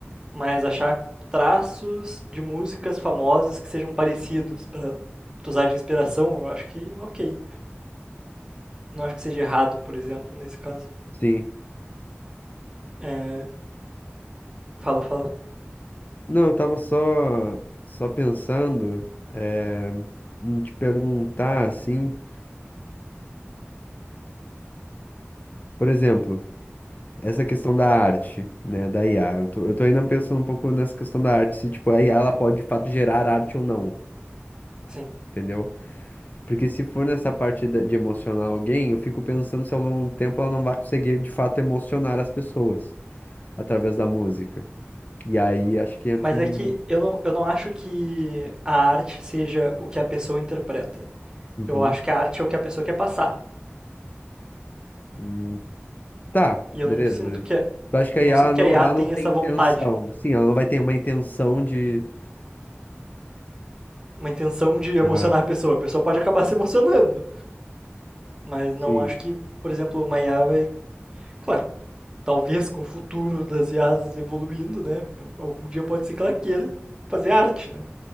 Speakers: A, on the right; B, on the left.
A: mas achar traços de músicas famosas que sejam parecidos para usar de inspiração, eu acho que ok. Não acho que seja errado, por exemplo, nesse caso.
B: sim.
A: É, Fala, fala.
B: Não, eu tava só, só pensando eh, em te perguntar assim, por exemplo. essa questão da arte, né, da IA. Eu tô, eu tô ainda pensando um pouco nessa questão da arte, se, tipo, a IA, ela pode, de fato, gerar arte ou não,
A: Sim.
B: entendeu? Porque se for nessa parte da- de emocionar alguém, eu fico pensando se ao longo do tempo ela não vai conseguir, de fato, emocionar as pessoas através da música. E aí, acho que entra
A: Mas
B: um...
A: é que eu não, eu não acho que a arte seja o que a pessoa interpreta.
B: Uhum.
A: Eu acho que a arte é o que a pessoa quer passar.
B: Hum, Tá,
A: E eu
B: beleza,
A: não sinto
B: beleza.
A: que a,
B: Eu acho que
A: eu
B: a IA,
A: não sinto
B: ela
A: que
B: não,
A: a IA
B: ela
A: tem
B: não tem
A: essa vontade,
B: intenção. Sim, ela não vai ter uma intenção de...
A: uma intenção de emocionar
B: Aham,
A: a pessoa. A pessoa pode acabar <laughs> se emocionando, mas não
B: sim.
A: acho que, por exemplo, uma IA vai, claro, talvez com o futuro das IAs evoluindo, né? Algum dia pode ser que ela queira fazer arte, né?